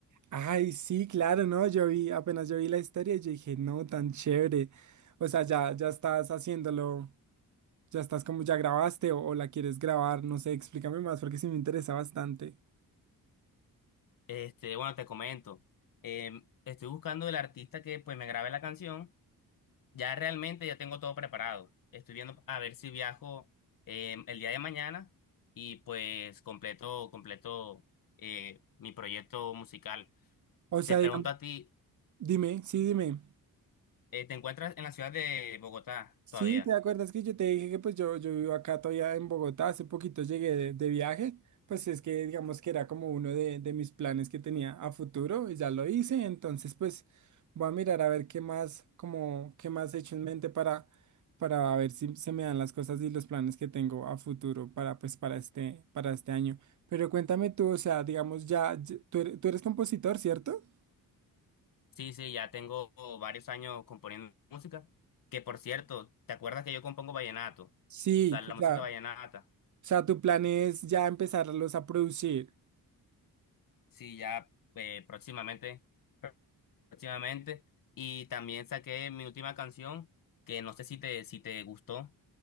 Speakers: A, on the right; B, on the left.
A: Ay, sí, claro, no, yo vi, apenas yo vi la historia, yo dije, no, tan chévere. O sea, ya, ya estás haciéndolo Ya estás como, ya grabaste o, o la quieres grabar, no sé, explícame más porque sí me interesa bastante.
B: Este, bueno, te comento, em, estoy buscando el artista que pues me grabe la canción Ya realmente ya tengo todo preparado. Estoy viendo a ver si viajo eh, el día de mañana y pues completo, completo eh, mi proyecto musical.
A: O sea,
B: Te pregunto
A: digamos,
B: a ti,
A: dime, sí, dime.
B: eh, ¿te encuentras en la ciudad de Bogotá
A: Sí,
B: todavía?
A: ¿te acuerdas que yo te dije que pues yo, yo vivo acá todavía en Bogotá? Hace poquito llegué de, de viaje, pues es que digamos que era como uno de, de mis planes que tenía a futuro y ya lo hice, entonces pues voy a mirar a ver qué más, como qué más he hecho en mente para, para ver si se me dan las cosas y los planes que tengo a futuro para pues para este, para este año. Pero cuéntame tú, o sea, digamos ya, ya- tú eres, tú eres compositor, ¿cierto?
B: Sí, sí, ya tengo varios años componiendo música. Que por cierto, ¿te acuerdas que yo compongo vallenato?
A: Sí,
B: O sea, la
A: o sea,
B: música vallenata.
A: o sea, tu plan es ya empezarlos a producir.
B: Sí, ya eh, próximamente. próximamente. Y también saqué mi última canción, que no sé si te, si te gustó.